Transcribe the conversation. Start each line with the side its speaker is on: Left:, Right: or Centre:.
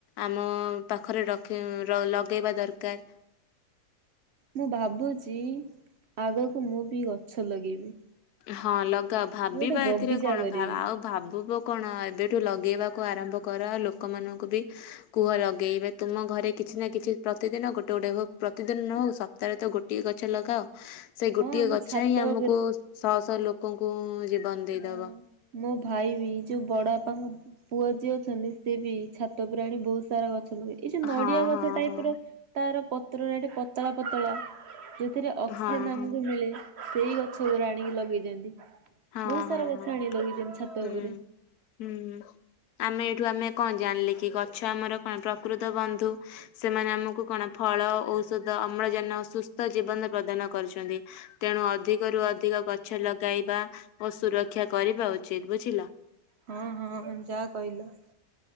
Left: ଆମ ପାଖରେ ରଖି ର- ଲଗେଇବା ଦରକାର।
Right: ମୁଁ ଭାବୁଛି, ଆଗକୁ ମୁଁ ବି ଗଛ ଲଗେଇବି।
Left: ହଁ ଲଗାଅ, ଭାବିବା
Right: ମୁଁ ଗୋଟେ ବଗିଚା
Left: ଏଥିରେ କଣ?
Right: କରିବି
Left: ଭା- ଆଉ ଭାବୁବ କଣ ଏବେଠୁ ଲଗେଇବାକୁ ଆରମ୍ଭ କର। ଲୋକମାନଙ୍କୁ ବି କୁହ ଲଗେଇବେ। ତୁମ ଘରେ କିଛି ନା କିଛି ପ୍ରତିଦିନ ଗୋଟେ ଗୋଟେ ହୁ- ପ୍ରତିଦିନ ନ ହଉ ସପ୍ତାହରେ ତ ଗୋ ଟିଏ ଗଛ ଲଗାଅ। ସେଇ ଗୋଟିଏ
Right: ହଁ ଆମ
Left: ଗଛ
Right: ଛାତ
Left: ହିଁ ଆମକୁ
Right: ଉପରେ
Left: ଶହ ଶହ ଲୋକଙ୍କୁ ଜୀବନ
Right: ହଁ
Left: ଦେଇଦବ।
Right: ମୋ ଭାଇ ବି, ଯୋଉ ବଡ ବାପାଙ୍କ ପୁଅ ଯିଏ ଅଛନ୍ତି ସିଏ ବି ଛାତ ଉପରେ ଆଣି ବହୁତ ସାରା ଗଛ ଲଗେଇ ଏଇ ଯୋଉ ନଡିଆ
Left: ହଁ
Right: ଗଛ
Left: ହଁ
Right: ଟାଇପ୍
Left: ହଁ।
Right: ର ତାର ପତ୍ର ଏଠି ପତଳା ପତଳା ଯୋଉଥିରେ ଅକ୍ସିଜେନ୍
Left: ହଁ
Right: ଆମକୁ
Left: ହଁ
Right: ମିଳେ। ସେଇ ଗଛଗୁରା ଆଣିକି ଲଗେଇଚନ୍ତି,
Left: ହଁ
Right: ବହୁତ
Left: ହଁ
Right: ସାରା ଗଛ
Left: ହଁ
Right: ଆଣିକି ଲଗେଇଚନ୍ତି ଛାତ
Left: ହୁଁ
Right: ଉପରେ।
Left: ହୁଁ, ଆମେ ଏଇଠୁ ଆମେ କଣ ଜାଣିଲେ କି ଗଛ ଆମର କଣ ପ୍ରକୃତ ବନ୍ଧୁ। ସେମାନେ ଆମକୁ କଣ ଫଳ, ଔଷଧ, ଅମ୍ଳଜାନ, ସୁସ୍ଥ ଜୀବନ ପ୍ରଦାନ କରୁଛନ୍ତି। ତେଣୁ ଅଧିକରୁୁ ଅଧିକ ଗଛ ଲଗାଇବା ଓ ସୁରକ୍ଷା କରିବା ଉଚିତ୍। ବୁଝିଲ?
Right: ହଁ ହଁ ଯାହା କହିଲ।